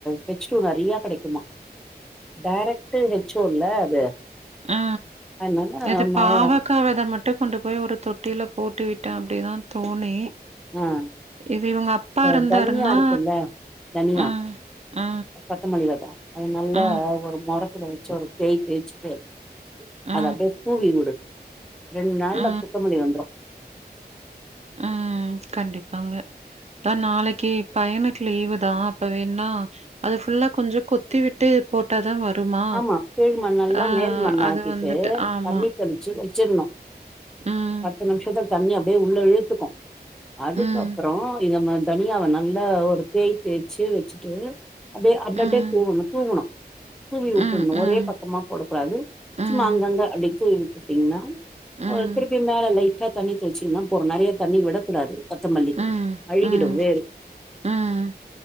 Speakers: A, in the centre; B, on the right (about 40°).
A: ஹெச் டூ நெறையா கெடைக்குமா டேரக்ட்டு ஹெச் ஒ ல்ல அது
B: அ
A: அதனால
B: இது
A: மழ
B: பாவக்கா வெத மட் டு கொண்டு போய் ஒரு தொட்டில போட்டு விட்டே அப்டிதா தோணி
A: ஆ
B: இது இவங்க அப்பா
A: இந்த
B: இருந்தாருன்னா
A: தனியா இருக்குல்ல தனியா
B: அ, அ,
A: கொத்தமல்லி வெத அது நல்ல
B: அ,
A: ஒரு மொற கில வச்சு ஒரு தேய் தேயச்சுட்டு
B: அ,
A: அத அப்டியே தூவி விடு ரெண்டு நாள்ல
B: அ,
A: குத்தமல்லி வந்துரு
B: ம் கண்டிப்பாங்க தா நாளைக்கு பையனுக்கு லீவுதா அப்ப வேணா அது ஃபுல்லா கொஞ்ச கொத்தி விட்டு போட்டா தான் வருமா?
A: ஆமா கீழ்மண் எல்லா
B: ஆ
A: மேல் மண்
B: அது
A: ஆக்கிட்டு
B: வந்துட்டு ஆமா.
A: தண்ணி தெளிச்சு வச்சிருனு
B: ம்,
A: பத்து நிமிஷத்துல தண்ணி அப்டியே உள்ள இழுத்துக்கு அதுக்கப்பறோ
B: ம்,
A: இதம்ம தனியாவ நல்லா ஒரு தேய் தேய்ச்சு வெச்சுட்டு அப்டே அப்டே
B: ம்,
A: அப்டி தூவணு தூவுணு தூவி வுட்டுர்னு
B: ம், ம்,
A: ஒரே பக்கமா போடக்கூடாது
B: ம்,
A: சும்மா அங்கங்க அப்டி தூவி வுட்டுட்டீங்ன்னா
B: ம்,
A: ஒ திருப்பி மேல லைட்டா தண்ணி தொளிச்சிங்ன்னா போறு நெறைய தண்ணி விடக் கூடாது கொத்தமல்லிக்கு
B: ம்,
A: அழுகிடு
B: ம்,
A: வேர்
B: ம்.